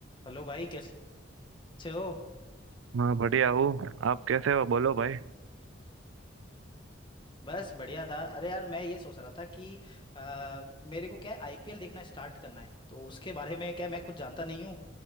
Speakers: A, on the left (about 25°); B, on the right (about 80°).
A: Hello भाई कैसे हो
B: हाँ बढ़िया हूँ आप कैसे हो बोलो भाई
A: बस बढ़िया था अरे यार मैं ये सोच रहा था कि अ, मेरे को क्या है आईपीएल देखना स्टार्ट करना है तो उसके बारे में क्या है, मैं कुछ जानता नहीं हूँ